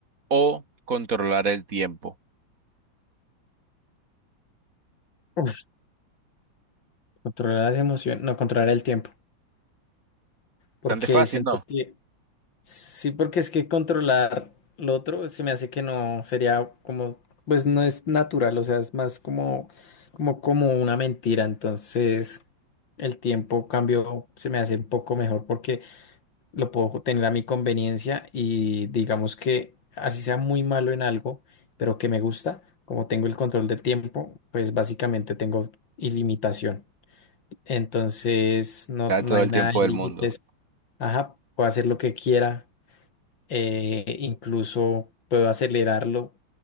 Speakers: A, on the right; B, on the left.
A: o controlar el tiempo?
B: Uf, controlar las emociones, no, controlar el tiempo, porque
A: Bastante fácil,
B: siento
A: ¿no?
B: que Sí, porque es que controlar lo otro se me hace que no sería como, pues no es natural, o sea, es más como, como, como una mentira. Entonces, el tiempo cambio se me hace un poco mejor porque lo puedo tener a mi conveniencia y digamos que así sea muy malo en algo, pero que me gusta, como tengo el control del tiempo, pues básicamente tengo ilimitación. Entonces, no,
A: Ya
B: no
A: todo
B: hay
A: el
B: nada
A: tiempo
B: de límites.
A: del mundo.
B: Ajá, puedo hacer lo que quiera eh, incluso puedo acelerarlo